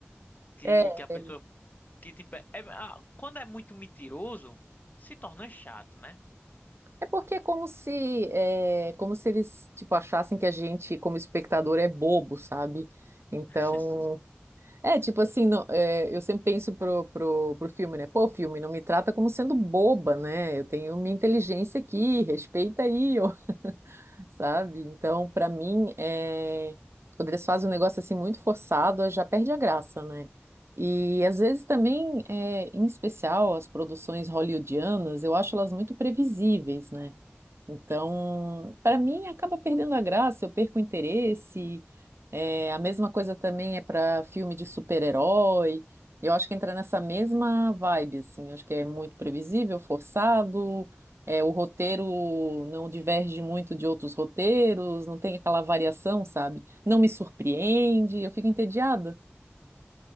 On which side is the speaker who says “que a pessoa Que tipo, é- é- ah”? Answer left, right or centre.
Left